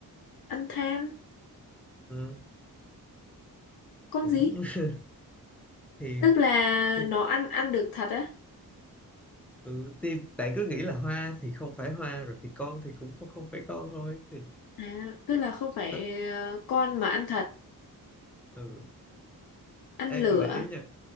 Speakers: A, on the left (about 70°); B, in the centre.
A: ăn than
B: ừ,
A: con
B: cũng
A: gì
B: <laughs> thì,
A: tức là
B: thì,
A: nó ăn ăn được thật á
B: ừ, thì bạn cứ nghĩ là hoa thì không phải hoa rồi thì con thì cũng không không phải con thôi thì
A: à, tức là không phải
B: đó
A: ờ, con mà ăn thật
B: ừ.
A: ăn
B: Ê
A: lửa
B: tôi để ý nha